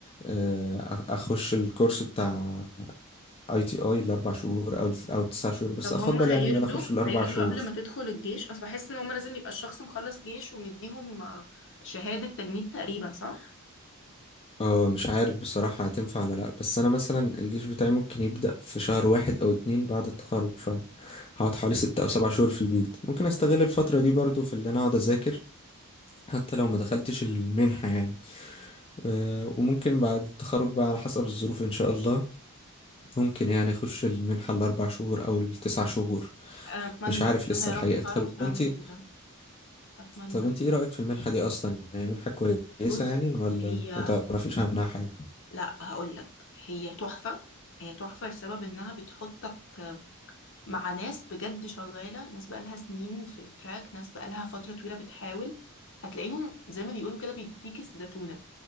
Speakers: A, on the left; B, on the left.
A: آه، أ- اخش الكورس بتاع اي تي اي الاربع شهور او او التسع شهور بس
B: طب
A: افضل
B: هم هيردوا
A: يعني اللي انا اخش الاربع
B: هيردوا
A: شهور
B: قبل ما تدخل الجيش اصل بحس ان هم لازم يبقى الشخص مخلص جيش ومديهم آه، شهاده تجنيد تقريبا صح
A: اه مش عارف بصراحة هتنفع ولا لأ بس أنا مثلا الجيش بتاعي ممكن يبدأ في شهر واحد أو اتنين بعد التخرج فهقعد حوالي ستة أو سبع شهور في البيت ممكن أستغل الفترة دي برضو في اللي أنا أقعد أذاكر حتى لو ما دخلتش المنحة يعني آه، وممكن بعد التخرج بقى على حسب الظروف إن شاء الله ممكن يعني أخش المنحة الأربع شهور أو التسع شهور
B: اتمنى
A: مش عارف
B: اتمنى
A: لسه
B: يا
A: الحقيقة
B: رب تعرف
A: طب
B: تعمل
A: أنتي
B: كده اتمنى
A: طب أنتي إيه رأيك في المنحة دي أصلا هي منحة كويسة
B: بص
A: يعني ولا
B: هي
A: أنت ما تعرفيش عنها حاجة؟
B: لا هقول لك هي تحفة هي تحفة لسبب انها بتحطك مع ناس بجد شغالة ناس بقالها سنين في التراك ناس بقالها فترة طويلة بتحاول هتلاقيهم زي ما بيقولوا كده بيديك الزتونة